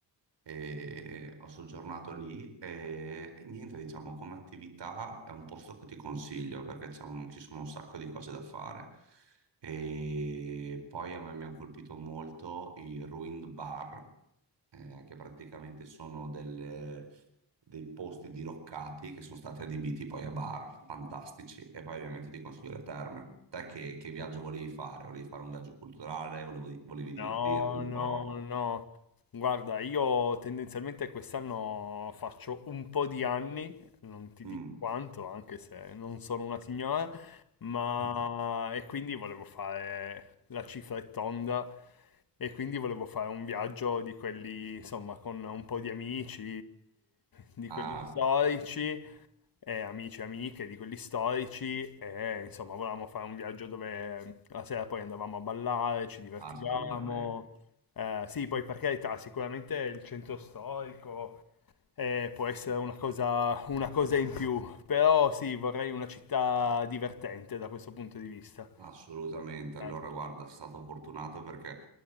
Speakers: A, on the right (about 70°); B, on the left (about 50°).
A: e ho soggiornato lì e, e niente, diciamo, come attività è un posto che ti consiglio perché c'è un- ci sono un sacco di cose da fare. E poi a me mi hanno colpito molto i Ruined Bar, eh, che praticamente sono delle dei posti diroccati che sono stati adibiti poi a bar, fantastici. E poi ovviamente ti consiglio le terme. Te che, che viaggio volevi fare? Volevi fare un viaggio culturale? Volevo- volevi divertirti
B: No,
A: un
B: no,
A: po'?
B: no. Guarda, io tendenzialmente quest'anno faccio un po' di anni, non ti
A: Mm.
B: dico quanto, anche se non sono una signora, ma
A: <laughs>
B: e quindi volevo fare la cifra è tonda e quindi volevo fare un viaggio di quelli, insomma, con un po' di amici, di
A: Ah,
B: quelli storici eh, amici e amiche di quelli storici e insomma volevamo fare un viaggio dove ehm, la sera poi andavamo a ballare, ci divertivamo.
A: assolutamente.
B: Eh, sì, poi per carità, sicuramente il centro storico eh, può essere una cosa, una cosa in più, però sì, vorrei una città divertente da questo punto di vista.
A: Assolutamente, allora
B: Eh.
A: guarda, è stato fortunato perché